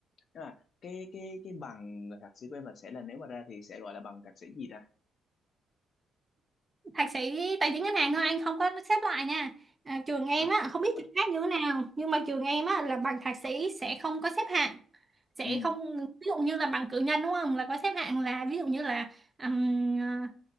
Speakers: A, on the left; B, on the right.
A: Tức là cái cái cái bằng thạc sĩ của em là sẽ là nếu mà ra thì sẽ gọi là bằng thạc sĩ gì ta
B: thạc sĩ tài chính ngân hàng thôi anh không có xếp loại nha à, trường em
A: Ờ,
B: á không biết
A: ờ,
B: trường khác như thế nào nhưng mà trường em á là bằng thạc sĩ sẽ không có xếp hạng sẽ
A: ừ,
B: không ví dụ như là bằng cử nhân đúng không là có xếp hạng là ví dụ như là ừm, ờ,